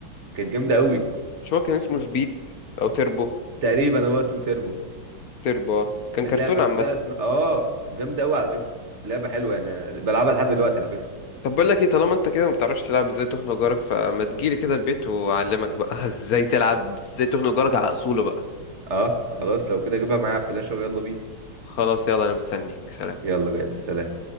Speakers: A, on the right; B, on the left.
A: كانت جامده قوي
B: مش هو كان اسمه سبيد او تربو
A: تقريبا هو اسمه تيربو
B: تربو آه. كان
A: بس
B: كرتون
A: اللعبه نفسها
B: عامة
A: اسم اه جامده قوي على فكره لعبه حلوه انا بلعبها لحد دلوقتي على فكره
B: طب بقول لك ايه طالما انت كده ما بتعرفش تلعب ازاي تخنق جارك فما تجيلي كده البيت واعلمك بقى <laughs> ازاي تلعب ازاي تخنق جارك على اصوله بقى
A: اه خلاص لو كده اجيبها معايا على الفلاشه ويلا بينا
B: خلاص يلا انا مستنيك سلام
A: يلا جايلك سلام